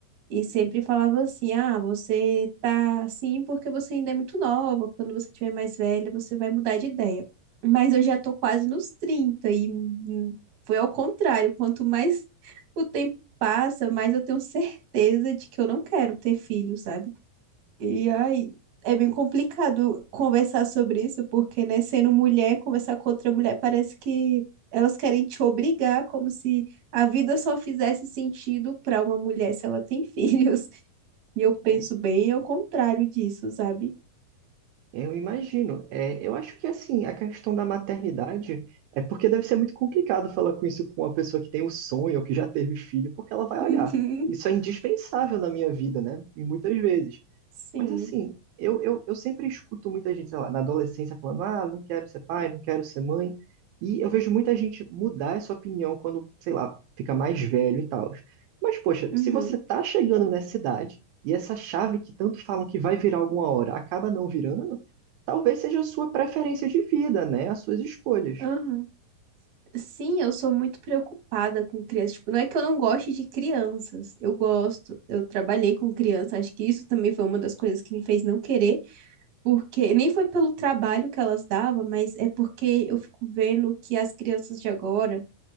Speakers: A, on the right; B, on the right.
A: E sempre falava assim: ah, você tá assim porque você ainda é muito nova. Quando você tiver mais velha, você vai mudar de ideia. Mas eu já tô quase nos 30 e hum, foi ao contrário. Quanto mais <laughs> o tempo passa, mais eu tenho certeza de que eu não quero ter filho, sabe? E aí, é bem complicado conversar sobre isso, porque, né, sendo mulher, conversar com outra mulher parece que elas querem te obrigar, como se a vida só fizesse sentido para uma mulher se ela tem <laughs> filhos. E eu penso
B: né?
A: bem ao contrário disso, sabe?
B: eu imagino. É, eu acho que, assim, a questão da maternidade é porque deve ser muito complicado falar com isso com uma pessoa que tem o sonho ou que já teve filho, porque ela vai olhar.
A: Uhum,
B: Isso é indispensável na minha vida, né? E muitas vezes.
A: Sim.
B: Mas assim, eu, eu, eu sempre escuto muita gente, sei lá, na adolescência falando, ah, não quero ser pai, não quero ser mãe. E eu vejo muita gente mudar essa opinião quando, sei lá, fica mais velho e tal. Mas, poxa,
A: Uhum.
B: se você tá chegando nessa idade e essa chave que tanto falam que vai virar alguma hora acaba não virando, talvez seja a sua preferência de vida, né? As suas escolhas.
A: Aham. Sim, eu sou muito preocupada com crianças. Tipo, não é que eu não goste de crianças. Eu gosto. Eu trabalhei com criança. Acho que isso também foi uma das coisas que me fez não querer. Porque nem foi pelo trabalho que elas davam, mas é porque eu fico vendo que as crianças de agora,